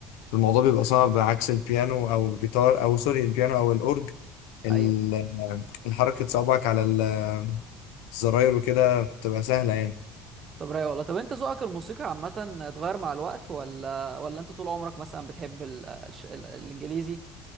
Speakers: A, on the left; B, on the right.
A: الموضوع بيبقى صعب عكس البيانو او الجيتار او سوري البيانو او الاورج ال-
B: ايوه
A: الحركة صوابعك على ال- الزراير وكده بتبقى سهلة يعني
B: طب رايق والله طب انت ذوقك الموسيقى عامة اتغير مع الوقت ولا ولا انت طول عمرك مثلا بتحب ال... الش... ال... الانجليزي